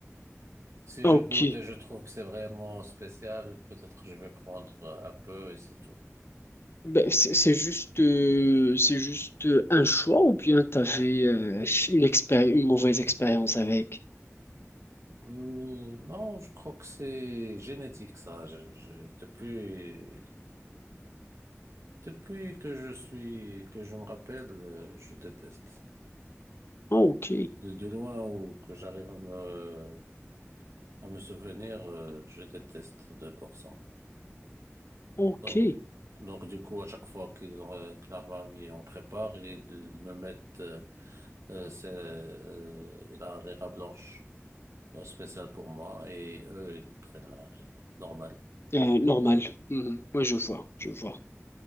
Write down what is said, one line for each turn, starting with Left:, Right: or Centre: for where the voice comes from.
Right: Si
Left: Ok.
Right: je goûte et je trouve que c'est vraiment spécial, peut-être que je vais prendre un peu et c'est tout.
Left: Ben, c'est c'est juste, euh, c'est juste euh, un choix ou bien t'avais avais une expéri- une mauvaise expérience avec?
Right: Euh, non, je crois que c'est génétique, ça. Je, je- depuis, depuis que je suis, que je me rappelle, euh, je déteste.
Left: Ah, ok.
Right: De, de loin ou que j'arrive à me, à me souvenir, euh, je déteste deux pour cent
Left: Ok,
Right: Donc, donc, du coup, à chaque fois qu'ils ont, euh, que la famille en prépare, ils me mettent euh, euh, c'est, euh, la harira blanche euh, spéciale pour moi et eux, ils prennent la harira normale.
Left: Euh, normal. Mhm. Ouais, je vois, je vois.